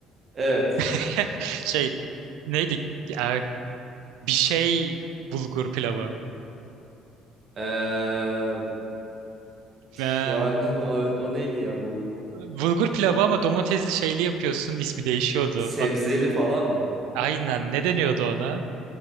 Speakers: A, on the right; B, on the right.
A: Evet.
B: <laughs> Şey neydi? Ee, bir şey bulgur pilavı.
A: Ee,
B: Ben-
A: şu an <laughs> o, o neydi ya bulgur?
B: bulgur pilavı ama domatesli şeyli yapıyorsun. İsmi değişiyordu.
A: Sebzeli
B: Ad-
A: falan mı?
B: Aynen ne deniyordu ona?